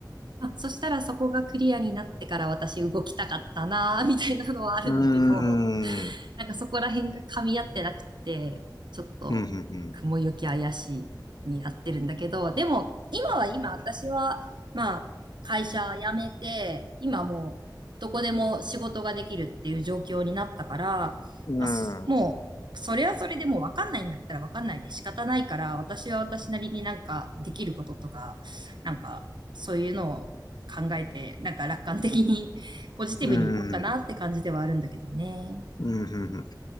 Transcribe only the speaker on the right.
まあ、そしたらそこがクリアになってから私動きたかったなーみたいなのはあるんだけど、
なんかそこら辺が噛み合ってなくて、ちょっと雲行き怪しいになってるんだけど、
でも今は今私は、まあ会社辞めて、今もうどこでも仕事ができるっていう状況になったから、
まあ、そもうそれはそれでもうわかんないんだったらわかんないで仕方ないから、
私は私なりになんかできることとか、なんかそういうのを考えて、なんか楽観的にポジティブにいこうかなって感じではあるんだけどね。